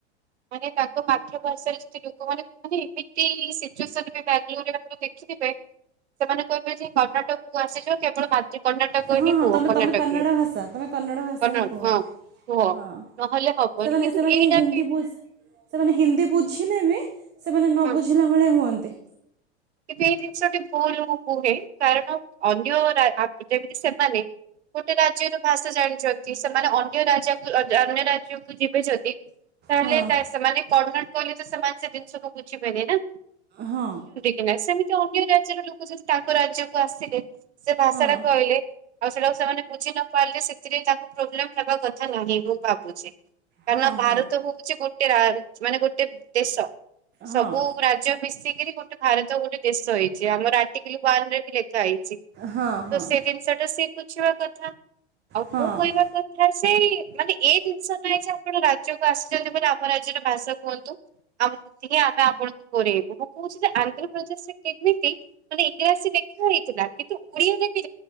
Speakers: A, on the right; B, on the right.
A: ମାନେ ତାଙ୍କ ମାତୃଭାଷାରେ ଲୋକମାନେ ମାନେ ଏମିତି ସିଚୁଏସନେ ବାଙ୍ଗାଲୋରରେ ପାଖରେ ଦେଖିଥିବେ ସେମାନେ କହିବେ ଯେ କର୍ଣ୍ଣାଟକକୁୁ ଆସିଯିବ କେବଳ ମାତୃ କର୍ଣ୍ଣାଟକ
B: ହଁ
A: ହିଁ
B: ହଁ
A: କୁହ।
B: ତମେ
A: କର୍ଣ୍ଣାଟକ
B: ତମେ କନ୍ନଡ଼ ଭାଷା ତମେ କନ୍ନଡ଼ ଭାଷା
A: କର୍
B: ହିଁ
A: ହଁ
B: କୁହ
A: କୁହ
B: ହଁ
A: ନହେଲେ ହବନି
B: ସେମାନେ
A: କିନ୍ତୁ
B: ସେମାନେ
A: ଏଇଟା
B: ହିନ୍ଦୀ
A: ବି
B: ସେମାନେ ହିନ୍ଦୀ ବୁଝିଲେ ବି ସେମାନେ ନ
A: ହଁ
B: ବୁଝିଲା ଭଳିଆ ହୁଅନ୍ତି।
A: କିନ୍ତୁ ଏଇ ଜିନିଷଟି ଭୁଲ ମୁଁ କୁହେ କାରଣ ଅନ୍ୟ ରା ଯେମିତି ସେମାନେ ଗୋଟେ ରାଜ୍ୟ ର ଭାଷା ଜାଣିଛନ୍ତି। କି ସେମାନେ ଅନ୍ୟ ରାଜାକୁ ଅନ୍ୟ ରାଜ୍ୟକୁ ଯିବେ ଯଦି ତାହେଲେ
B: ହଁ
A: ତା ସେମାନେ କଣ କହିଲ ତ ସେମାନ ସେ ଜିନିଷକୁ ବୁଝିବେନି ନା।
B: ହଁ।
A: ହେ ସେମିତି ଅନ୍ୟ ରାଜ୍ୟର ଲୋକ ଯଦି ତାଙ୍କ ରାଜ୍ୟକୁ ଆସିଲେ ସେ ଭାଷା
B: ହଁ
A: ଟା କହିଲେ ଆଉ ସେଟାକୁ ସେମାନେ ବୁଝି ନପାରିଲେ ସେଥିରେ ତାଙ୍କୁ ପ୍ରୋବ୍ଲେମ ବା କଥା ନାହିଁ ମୁଁ ଭାବୁଛି। କାରଣ
B: ହଁ
A: ଭାରତ
B: ହଁ
A: ହଉଛି ଗୋଟେ ରା ମାନେ ଗୋଟେ ଦେଶ ସବୁ
B: ହଁ
A: ରାଜ୍ୟ ମିଶିକିରି ଗୋଟେ ଭାରତ ଗୋଟେ ଦେଶ ହେଇଛି। ଯେ ଆମର ଆଟିକିଲି ୱାନ୍ ରେ ବି ଲେଖା ହେଇଛି
B: ହଁ ହଁ
A: ତ ସେ ଜିନିଷ ଟା ସେ ବୁଝିବା କଥା ଆଉ
B: ହଁ
A: ମୁଁ କହିବା କଥା ସେଇ ମାନେ ଏଇ ଜିନିଷ ନାହିଁ ଯେ ଆପଣ ରାଜ୍ୟକୁ ଆସିଛନ୍ତି ବୋଲି ଆମ ରାଜ୍ୟର ଭାଷା କୁହନ୍ତୁ ଆଉ ପୃଥିବୀ ଆମେ ଆପଣ ପରେବୁ କହୁଛି ଯେ ଉତ୍ତରପ୍ରଦେଶ ରେ କେମିତି ମାନେ ଇଂରାଜୀ ଲେଖା ହେଇଥିଲା କିନ୍ତୁ ଓଡିଆରେ ବି